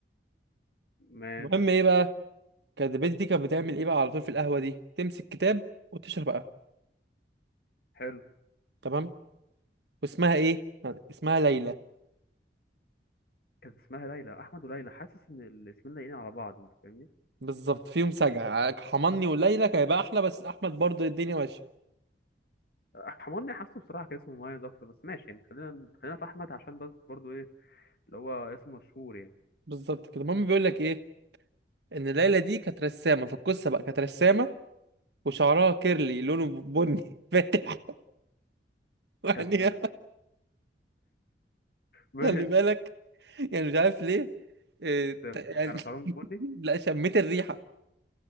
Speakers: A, on the left; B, on the right.
A: ماشي
B: المهم ايه بقى كانت البنت دي كانت بتعمل ايه بقى على طول في القهوة دي تمسك كتاب وتشرب قهوة
A: حلو
B: تمام واسمها ايه اسمها ليلى
A: كانت اسمها ليلى احمد وليلى حاسس ان الاسمين لايقين على بعض انت فاهمني
B: بالظبط فيهم سجع آه، حماني وليلى كان هيبقى احلى بس احمد برضه الدنيا ماشيه
A: حماني حاسه بصراحه كان اسمه مميز اكتر بس ماشي يعني خلينا خلينا في احمد عشان بس برضو ايه اللي هو اسم مشهور يعني
B: بالظبط كده المهم بيقول لك ايه ان ليلى دي كانت رسامه في القصه بقى كانت رسامه وشعرها كيرلي لونه بني <laughs> فاتح يعني
A: كانت لا، <laughs> ماشي
B: خلي بالك يعني مش عارف ليه إيه،
A: انت بتضحك
B: ت- يعني
A: على شعرهم
B: <laughs>
A: بني
B: لا شميت الريحه